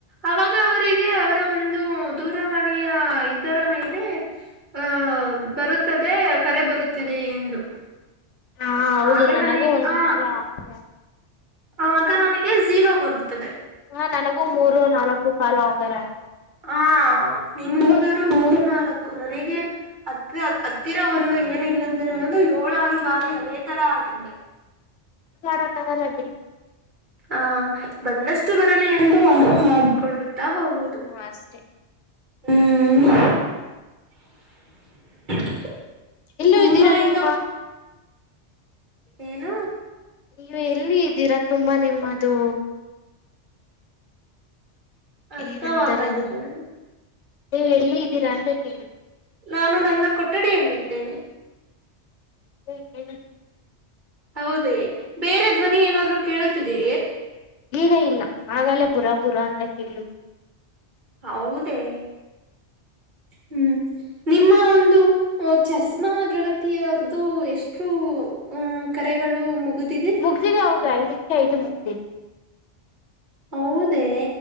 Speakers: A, on the right; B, on the left.
A: ಅವಾಗ ಅವರಿಗೆ ಅವರ ಒಂದು ದೂರವಾಣಿಯ ಇದರ ಮೇಲೆ ಆಹ ಬರುತ್ತದೆ ಕರೆ ಬರುತ್ತಿದೆ ಇಂದು
B: ಹಾ ಹೌದು
A: ಆಗ
B: ನನಗೂ
A: ನಾನ ಈಗ
B: ಒಂದೊಂದ್ಸಲ
A: ಆ
B: ಹಾಗೆ
A: ಆಗ ನನಗೆ ಜಝೀರೋ ಬರುತ್ತದೆ
B: ಹಾ ನನಗೂ ಮೂರು ನಾಲ್ಕು ಕಾಲು ಆತರ ಆ
A: ಹಾ ನಿಮ್ ಹೋದ್ರು ಮೂರು ನಾಲ್ಕು ನನಗೆ ಹತ್ತ ಹತ್ತಿರ ಒಂದು ಏನಿಲ್ಲಂದ್ರೆ ಅನ್ನದು ಏಳಾರು ಬಾರಿ ಅದೇ ತರ ಆಗಿದೆ
B: ತ ಲಬಿ
A: ಹ ಬಂದಷ್ಟು ಬರಲಿ ಎಂದು ಮಾಡ ಕೊಡತ್ತಾ ಹೋಗುದು
B: ಹ್ಮ್ ಅಷ್ಟೇ
A: ಹ್ಮ್ <unintelligible>
B: ಇಲ್ಲೂ
A: ನಿಮ್ಮ
B: ಇದ್ದೀರಾ ನಿಮ್
A: ಇನ್ನೊಬ್ ಏನು
B: ನೀವು ಎಲ್ಲಿ ಇದ್ದೀರಾ ತುಂಬಾ ನಿಮ್ಮದು
A: ಅರ್ಥವಾಗಲಿಲ್ಲ
B: ಏನ್ಂತರ ಇದಲ್ಲ
A: ನನಗೆ
B: ನೀವು ಎಲ್ಲಿ ಇದ್ದೀರಾ ಅಂತ ಕೇಳ
A: ನಾನು ನನ್ನ ಕೊಠಡಿಯಲ್ಲಿದ್ದೇನೆ
B: <unintelligible>
A: ಹೌದೇ ಬೇರೆ ಧ್ವನಿ ಏನಾದ್ರು ಕೇಳುತ್ತಿದೀ
B: ಈಗ ಇಲ್ಲ ಆಗಲೇ ಬುರ ಬುರ ಅಂತ ಕೇಳು
A: ಹೌದೇ ಹ್ಮ್ ನಿಮ್ಮ ಒಂದು ಚಸ್ಮಾ ಗೆಳತಿಯರ್ದು ಎಷ್ಟು ಅ ಕರೆಗಳು ಮುಗಿದಿದೆ
B: ಮುಗ್ದಿದೆ ಅವ್ರದ ಐದಕ್ಕೆ ಐದು ಮುಗ್ದಿದೆ
A: ಹೌದೇ